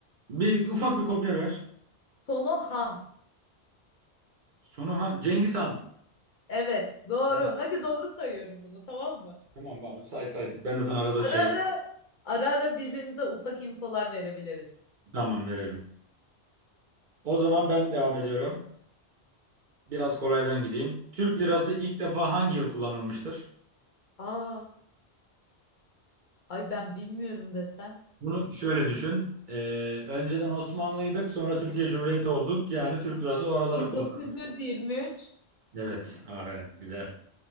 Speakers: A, on the right; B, on the left.
A: Bir ufak bir kopya ver.
B: Sono Han.
A: Sonu ha Cengiz Han.
B: Evet, doğru.
A: Heh,
B: Hadi doğru sayıyorum bunu, tamam mı?
A: tamam abi say say. Ben de sana arada şey
B: Ara ara ara ara birbirimize ufak infolar verebiliriz.
A: tamam verelim. O zaman ben devam ediyorum. Biraz kolaydan gideyim. Türk lirası ilk defa hangi yıl kullanılmıştır?
B: Aa, Ay ben bilmiyorum desem.
A: Bunu şöyle düşün. Ee, önceden Osmanlıydık, sonra Türkiye Cumhuriyeti olduk. Yani Türk lirası o araları
B: 1923.
A: kullanılıyor. Evet, aferin. Güzel.